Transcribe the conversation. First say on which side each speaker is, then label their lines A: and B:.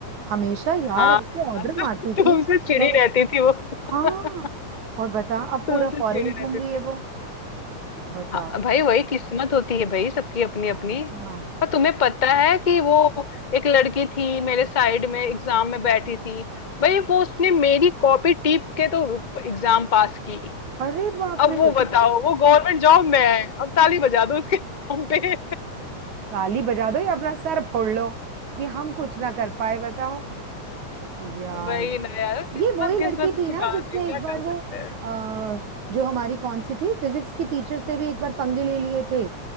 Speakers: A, on the right; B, on the left.
A: हमेशा यार
B: हाँ
A: ऐसे
B: यार
A: ऑर्डर मारती
B: तुम
A: थी
B: तुमसे चिड़ी
A: मैंने
B: रहती थी वो
A: हाँ
B: <laughs>
A: और बता अब पूरा
B: तुमसे
A: फॉरेन
B: चिड़ी रहती
A: घूम रही
B: थी
A: है वो बताओ
B: हाँ भाई वही किस्मत होती है भाई सबकी अपनी
A: हाँ
B: अपनी
A: हाँ।
B: और तुम्हें पता है कि वो एक लड़की थी मेरे साइड में एग्जाम में बैठी थी भाई वो उसने मेरी कॉपी टीप के तो एग्जाम पास की
A: अरे बाप
B: अब
A: रे
B: वो बताओ वो गवर्नमेंट जॉब में है अब ताली बजा दो उसके नाम पे
A: ताली बजा दो या अपना सर फोड़ लो कि हम कुछ ना कर पाए बताओ यार
B: <laughs> वही ना यार किस्मत
A: ये वही
B: किस्मत
A: लड़की थी
B: की
A: ना
B: बात
A: जिसने
B: है क्या
A: एक बार
B: कर
A: वो
B: सकते हैं
A: आ, जो हमारी कौन सी थी फिजिक्स की टीचर से भी एक बार पंगे ले लिए थे